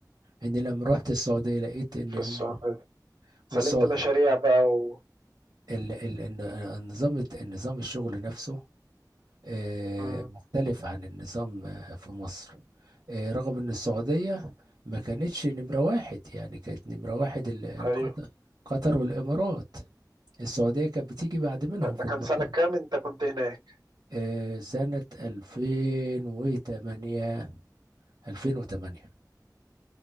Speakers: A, on the right; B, on the right.
A: إن لما رحت السعودية لقيت إن
B: في السعودية
A: هم والسع-
B: سلمت مشاريع بقى و
A: ال- ال- إن- النظام النظام الشغل نفسه آه،
B: مم،
A: مختلف عن النظام آه، في مصر آه، رغم ان السعودية ما كانتش نمرة واحد يعني كانت نمرة واحد ال-
B: ايوه
A: قطر قطر والامارات السعودية كانت بتيجي بعد منهم
B: ده, ده
A: في
B: كان
A: المرتبة
B: سنة كام انت كنت هناك؟
A: آه، سنة 2008 2008